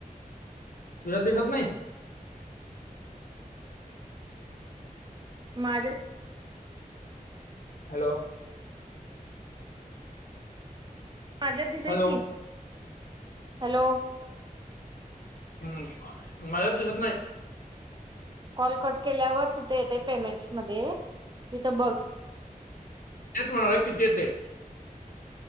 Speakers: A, on the left (about 70°); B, on the right (about 30°).
A: तुझ्यात दिसत नाही हो
B: माझ्या
A: <inaudible> हॅलो
B: माझ्यात दिसतंय
A: हॅलो
B: की.
A: <unintelligible>
B: हॅलो.
A: हम्म माझ्यात दिसत नाही <inaudible>
B: कॉल कट केल्यावर तिथे येतंय पेमेंट्समध्ये. तिथं बघ.
A: तेच म्हणालोय किती येतय